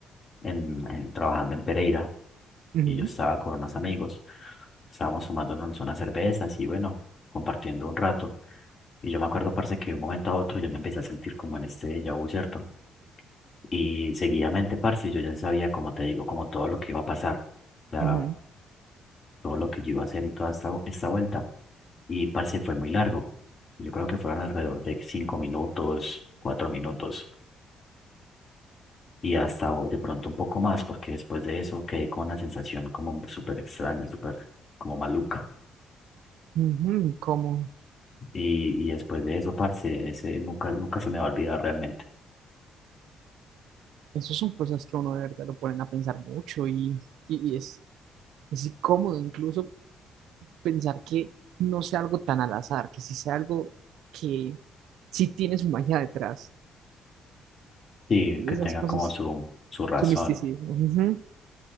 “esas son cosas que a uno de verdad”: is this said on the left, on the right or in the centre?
Right